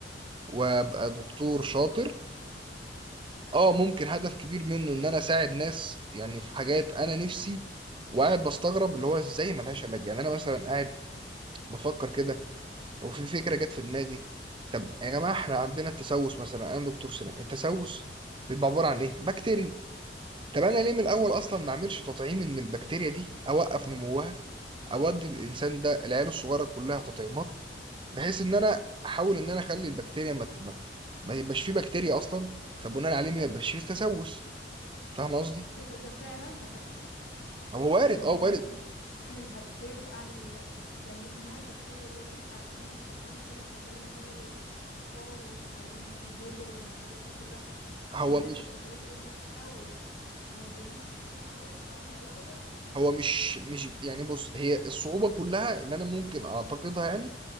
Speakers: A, on the right; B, on the left.
A: وابقى دكتور شاطر اه ممكن هدف كبير منه ان انا اساعد ناس يعني في حاجات انا نفسي وقاعد بستغرب اللي هو ازاي ملهاش علاج يعني انا مثلا قاعد بفكر كده وفي فكرة جت في دماغي طب يا جماعة احنا عندنا التسوس مثلا انا دكتور سنان التسوس بيبقى عبارة عن ايه؟ بكتيريا طب انا ليه من الاول اصلا ما اعملش تطعيم ان البكتيريا دي اوقف نموها اودي الانسان ده العيال الصغيرة كلها تطعيمات بحيث ان انا احاول ان انا اخلي البكتيريا ما ت- ما ت- ما يبقاش فيه بكتيريا اصلا فبناء عليه ما يبقاش فيه تسوس فاهم قصدي؟
B: ايه ده ده فعلا ده حقيقي
A: هو وارد
B: يعني
A: اه
B: انا
A: وارد
B: ممكن اعمل بكتيريا اعمل يعني نوع البكتيريا ده ينفع اخد منه تطعيم شبه تطعيم شلل الاطفال وتطعيم الجدري والحاجات دي كلها
A: هو
B: فلما
A: مش
B: اخد تطعيم ضد التسوس ما يجيليش تسوس في عمري ابدا
A: هو مش مش يعني بص هي الصعوبة كلها ان انا ممكن اعتقدها يعني